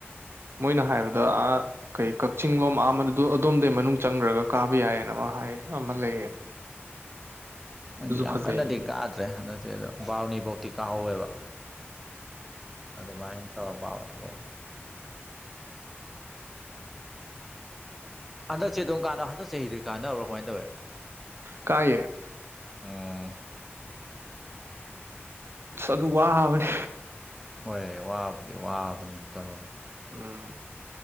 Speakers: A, on the right (about 65°); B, in the centre.
A: ꯃꯣꯏꯅ ꯍꯥꯏꯔꯕꯗ ꯑ ꯀꯩ ꯀꯛꯆꯤꯡ ꯂꯣꯝ ꯑꯗꯣꯝꯗꯩ ꯃꯅꯨꯡ ꯆꯪꯈ꯭ꯔꯒ ꯀꯥꯕ ꯌꯥꯏꯌꯦꯅ ꯑꯃ ꯍꯥꯏ ꯑꯃ ꯂꯩꯌꯦꯅ
B: ꯈꯪꯗ‌ꯦ ꯌꯥꯝ
A: ꯐꯖꯩꯌꯦ
B: ꯀꯟꯅꯗꯤ ꯀꯥꯗ꯭ꯔꯦ ꯍꯟꯗꯛꯇꯤ ꯑꯗꯣ ꯕꯥꯎꯅꯤꯐꯧꯇꯤ ꯀꯥꯍꯧꯋꯦꯕ ꯑꯗꯨ ꯏ ꯇꯥꯎꯅꯤꯥꯎꯗꯤ <unintelligible> ꯑꯗꫭ ꯆ‌ꯦꯗꫭꯡ <unintelligible> ꯑꯗꯨꯝ ꯀꯥꯟꯅ ꯍꯟꯛ ꯆꯍꯤꯗꯤ ꯀꯥꯟꯅꯅꯕ꯭ꯔꯣ ꯀꯃꯅ ꯇꯧꯋꯦ
A: ꯀꯥꯏꯌꯦ
B: ꯎꯝ
A: ꯑꯁ ꯑꯗꯨ ꯋꯥꯕꯅꯦ
B: ꯍꯣꯏ ꯋꯥꯕꯨꯗꯤ ꯋꯥꯕꯅꯤ ꯇꯧꯋꯤ
A: ꯎꯝ